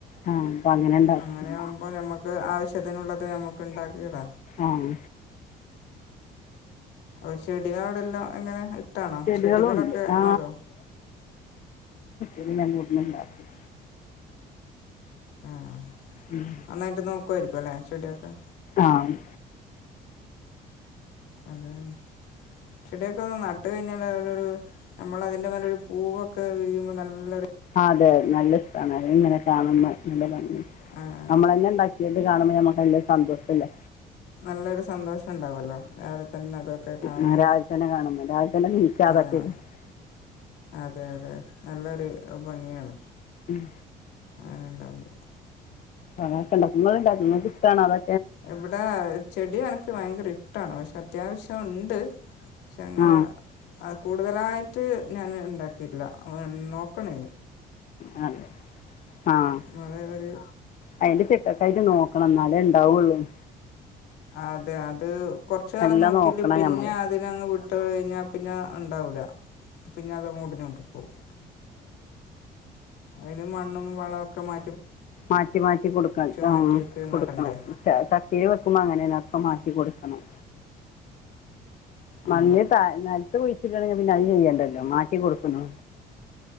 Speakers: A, on the left (about 50°); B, on the left (about 85°).
A: ആ അപ്പം അങ്ങനെ ഉണ്ടാക്കും
B: അങ്ങനെയാവുമ്പോ ഞമ്മക്ക് ആവശ്യത്തിനുള്ളത് ഞമ്മ ണ്ടാക്കിയത
A: ആഹ്
B: പ്പൊ ചെടിയാടെല്ല എങ്ങനെ ഇട്ടാണോ
A: ചെടികളും
B: ചെടികളൊക്കെ
A: ഉണ്ട് ആ
B: നടോ?
A: ഇരുന്നങ്ങ് ഇടിയുണ്ടാ <unintelligible> കും
B: ആഹ്
A: ഉം.
B: നന്നായിട്ട് നോ- പോയിരിക്കുവല്ലേ ശരിയാക്കാൻ
A: ആഹ്
B: അതാന് ചെടിയൊക്കൊന്ന് നട്ട് കഴിഞ്ഞാലാലൊരു നമ്മളതിൻ്റെ മേലൊരു പൂവൊക്കെ വിരിയുമ്പോ നല്ലൊര്
A: അതെ നല്ല കണല്ങ്ങനെ കാണുമ്മെ നല്ലതാ
B: ആഹ്
A: നമ്മള് തന്നെ ഉണ്ടാക്കി വീണ്ടും കാണുമ്പോ നമുക്ക് നല്ല സന്തോഷം ഇല്ലേ
B: നല്ലൊരു സന്തോഷം ഉണ്ടാവല്ലോ രാവിലെ തന്നെ അതൊക്കെ കാണുമ്പോ
A: ആ, രാവിലെ തന്നെ കാണുമ്പോൾ രാവിലെ തന്നെ നീച്ചാൽ അതൊക്കെ
B: ആഹ്
A: ഉം.
B: അതെ അതെ നല്ലൊരു- ഭംഗിയാണ്
A: ഉം
B: അങ്ങനെ ഉണ്ടാകുമ്പോൾ
A: അത്ക്കണ്ടാവും നമ്മള് ഉണ്ടാക്കുന്നത് കിട്ടാണ് അതെ
B: എവിടാ ചെടിയാണ് ഭയങ്കര ഇഷ്ടമാണ് പക്ഷെ അത്യാവശ്യണ്ട് പക്ഷെ അങ്ങനെ
A: ആ
B: അ കൂടുതലായിട്ട് ഞാൻ അത് ഉണ്ടാക്കിയിട്ടില്ല നോക്കണേ
A: അ ആഹ്
B: നമ്മൾ ഒരു
A: അയിന്റെ ചിട്ടക്കായിട്ട് നോക്കണം എന്നാലേ ഉണ്ടാവുള്ളൂ ഉം
B: അതെ അത് കൊറച്ച്കാലം
A: നല്ല
B: നോക്കീട്ട്
A: നോക്കണം
B: പിന്നെ
A: നമ്മൾ
B: അതിനങ് വിട്ട്- ഇട്ട് കഴിഞ്ഞാ പിന്നെ ഉണ്ടാവൂല പിന്നെ അതങ്ങോട്ടങ്ങോട്ട് പോകും അതിന് മണ്ണും വളമൊക്കെ മാ
A: മാറ്റി മാറ്റി കൊടുക്ക ആ
B: മാറ്റിയൊക്കെ
A: കൊടുക്കണം
B: നടണ്ടേ
A: ചട്ടിൽ വെക്കുമ്പോ അങ്ങനൊക്കെ
B: ആ
A: മാറ്റി കൊടുക്കണം മഞ്ഞി
B: ആ
A: ത നൽത്ത് കുയ് <unintelligible> പിന്നെ അത് ചെയ്യണ്ടല്ലോ മാറ്റി കൊടുക്കുന്നു